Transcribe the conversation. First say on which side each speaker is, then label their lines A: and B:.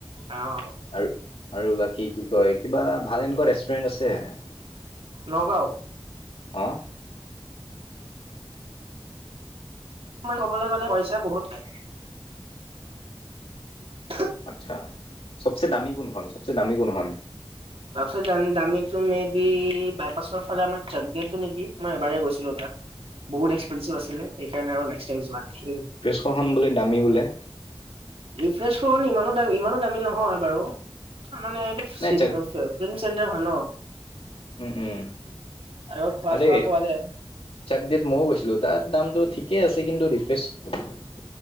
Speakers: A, on the right (about 85°); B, on the left (about 80°).
A: অ'
B: আৰু-আৰু বাকী কি কি কয় কিবা ভাল এনেকুৱা ৰেষ্টুৰেণ্ট আছে? <inaudible>
A: নগাঁও? <inaudible>
B: অঁ! <inaudible>
A: <inaudible> মান ক'বলৈ গ'লে পইচা বহুত খাই। <unintelligible>
B: আচ্ছা! চবচে দামী কোনোখন? চবচে দামী কোনোখন? <inaudible>
A: চবচে দামি <unintelligible> মে বি বাইপাছৰ ফালে আমাৰ <inaudible> নেকি মই এবাৰ গৈছিলো তাত। বহুত এক্সপেনচিভ আছিলে সেইকাৰণে আৰু নেক্সট টাইম যোৱা নাই। <inaudible>
B: সেইখন বোলে দামি বোলে? <inaudible>
A: ৰিফ্ৰেচখন ইমানো-ইমানো দামী নহয় বাৰু মানে এইটো <unintelligible>
B: নাই জাগ
A: ফিল্ম চেণ্টাৰ হয় ন। <inaudible>
B: উম-উম! <unintelligible>
A: আৰু খোৱা
B: আৰে
A: চোৱা পোৱা যায়।
B: চাকডট মইও কৈছিলো তাত দামটো ঠিকে আছে কিন্তু ৰিফ্ৰেছ <unintelligible> <inaudible>